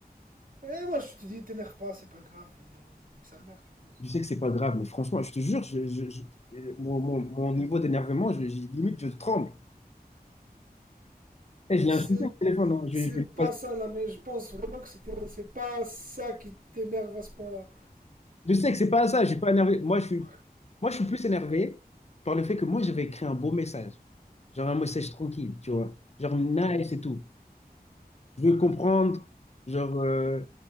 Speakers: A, on the right; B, on the left.
A: Et moi, je te dis, t'énerve pas, c'est pas grave. et nique sa mère, tu vois.
B: Je sais que c'est pas grave, mais franchement, je te jure, je, je- je- euh, mon, mon- mon niveau d'énervement, je, je- limite, je tremble. Eh, je l'ai
A: C'est,
B: insulté au téléphone, hein. Je,
A: c'est
B: je l'ai
A: pas ça, là, mais je pense vraiment que c'était, c'est pas ça qui t'énerve à ce point-là.
B: je sais que c'est pas ça, je suis pas énervé. Moi, je suis,
A: Ouais,
B: moi, je suis plus énervé par le fait que moi, j'avais écrit un beau message. Genre un message tranquille, tu vois. Genre nice et tout. je veux comprendre. Genre, euh,